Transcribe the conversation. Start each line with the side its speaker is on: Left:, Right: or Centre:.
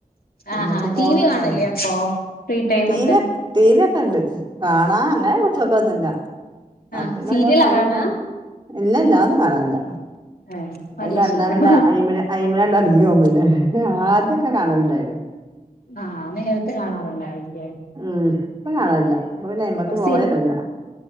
Right: നമ്മുക്ക്
Left: ആഹാ
Right: പോവാൻ
Left: ടി വി
Right: കിട്ടണ്ടേ
Left: കാണല്ലേ അപ്പൊ? ഫ്രീ ടൈം
Right: തീവി
Left: ഒക്കെ
Right: തീവിയോക്കെ ഇണ്ട് കാണാ അങനെ പുട്ടി യൊക്കോനുള്ള അപ്പന്ന
Left: ആഹ് സീരിയലാ
Right: ഒര പണില്ല
Left: കാണാ?
Right: ഇല്ല ഇല്ല ഒന്നും കാണാനില്ല
Left: ഏഹ് നല്ല
Right: അത് കണ്ടാ
Left: ശീലം
Right: പിന്നെ ആയിമല ആയിമലാഗ അടിഞ്ഞു പോക പിന്നെ ആദ്യൊക്കെ കാണുണ്ടായിരുന്നു
Left: ആഹ നേരത്തെ കാണാറുണ്ടായിന്നല്ലേ
Right: ഉം ഇപ്പ കാണല്ല ഇ പ്പൊ പിന്നെ ആയിമക്ക പോവല്ലാന്ന
Left: സി
Right: ഇല്ല